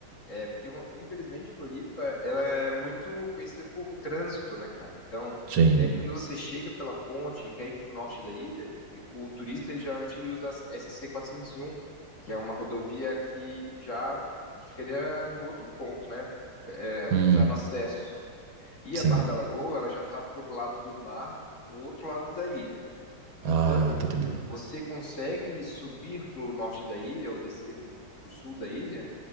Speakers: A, on the left (about 45°); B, on the right (about 75°).
A: É, porque uma- infelizmente Floripa, ela é muito conhecida por o trânsito, né, cara? Então,
B: Sim.
A: é, quando você chega pela ponte e quer ir para o norte da ilha, e- o turista, ele geralmente ele usa a S C quatrocentos e um, que é uma rodovia que já que ficaria no outro ponto, né? É,
B: Hum,
A: já no acesso. E
B: sim.
A: a Barra da Lagoa, ela já está para o lado do mar, no outro lado da ilha.
B: Ah,
A: Então,
B: tô entendendo.
A: você consegue subir para o norte da ilha ou descer para o sul da ilha